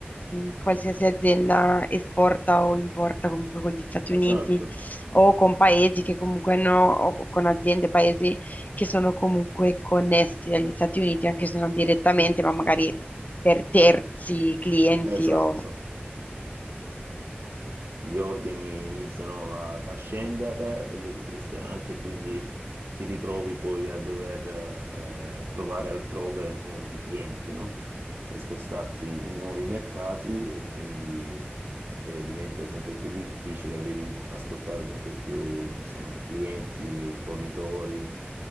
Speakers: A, on the left (about 40°); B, on the right (about 85°).
A: mh, qualsiasi azienda esporta o importa comunque con gli Stati Uniti
B: Esatto,
A: o con paesi che comunque hanno, o con aziende, paesi che sono comunque connessi agli Stati Uniti, anche se non direttamente, ma magari per terzi clienti
B: esatto.
A: o...
B: Gli ordini iniziano a, a scendere e le richieste anche, quindi ti ritrovi poi a dover eh, trovare altrove nuovi clienti, no? E spostarti in nuovi mercati e quindi eh, diventa sempre più difficile, devi ascoltare sempre più, insomma, clienti, fornitori